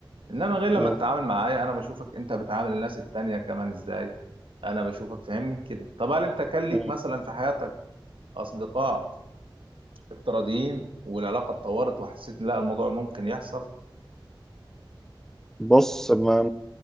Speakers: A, on the right; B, in the centre.
A: انما غير لما
B: مم.
A: تتعامل معايا انا بشوفك انت بتعامل الناس التانية كمان ازاي انا بشوفك فاهمني كده طب هل انت كان ليك
B: مم.
A: مثلا في حياتك اصدقاء افتراضيين والعلاقه اتطورت وحسيت ان لا الموضوع ممكن يحصل
B: بص ما